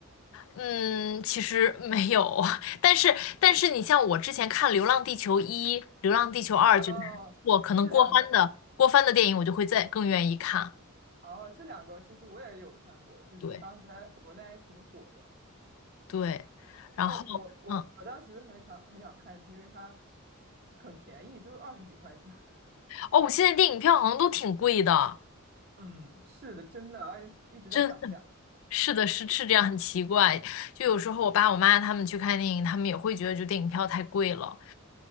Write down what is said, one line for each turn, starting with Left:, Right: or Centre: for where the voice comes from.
Left: 嗯，其实没有，<laughs> 但是但是你像我之前看《流浪地球一》《流浪地球二》，
Right: 哦，
Left: 觉得还不错可能郭帆的郭帆的电影我就会再更愿意看。
Right: 这两个哦，这两个其实我也有看过，就是当时在国内还挺火的。
Left: 对对，然后嗯
Right: 哦，我我我当时很想很想看，是因为它很便宜，就二十几块钱。<laughs>
Left: 哦，我现在电影票好像都挺贵的，
Right: 嗯，是的，真的，而且一直在涨价。
Left: 真的是的是是这样，很奇怪。就有时候我爸我妈他们去看电影，他们也会觉得就电影票太贵了。